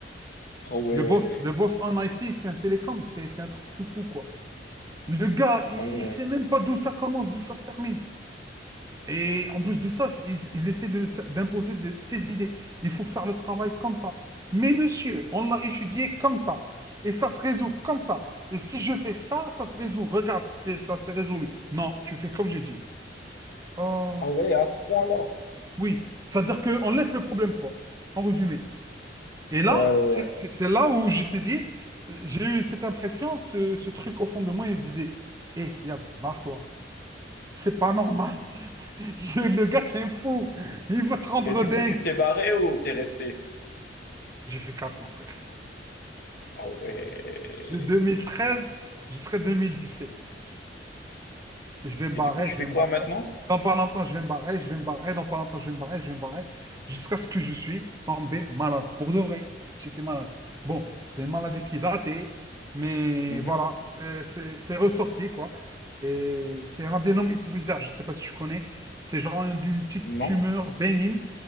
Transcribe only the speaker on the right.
Le boss, le boss en IT, c'est un télécom. C'est c'est un truc de fou, quoi. Le gars, il,
il sait même pas d'où ça commence, d'où ça se termine. Et en plus de ça, il, il essaie de- d'imposer de- ses idées. Il faut faire le travail comme ça. Mais monsieur, on l'a étudié comme ça. Et ça se résout comme ça. Et si je fais ça, ça se résout. Regarde, c'est, ça s'est résolu. Non, tu fais comme j'ai dit. Oh,
oui. C'est-à-dire qu'on laisse le problème, quoi. En résumé. Et
là,
c'est
c'est- c'est là où je t'ai dit, euh, j'ai eu cette impression, ce, ce truc au fond de moi, il me disait, hé, regarde, barre-toi. C'est pas normal. <laughs> Le, le gars, c'est un fou. Il va te rendre
dingue.
J'ai fait 4 ans, frère.
De 2013 jusqu'à 2017. Je vais me
barrer,
je
vais me
barrer.
Dans pas longtemps, je vais me barrer, je vais me barrer. Dans pas longtemps, je vais me barrer, je vais me barrer. Jusqu'à ce que je suis tombé malade. Pour de vrai, j'étais malade. Bon, c'est une maladie qui est datée, mais
voilà, c'est c'est- c'est ressorti, quoi. Et c'est un adénome hypophysaire, je ne sais pas si tu connais. C'est genre une, une petite
tumeur bénigne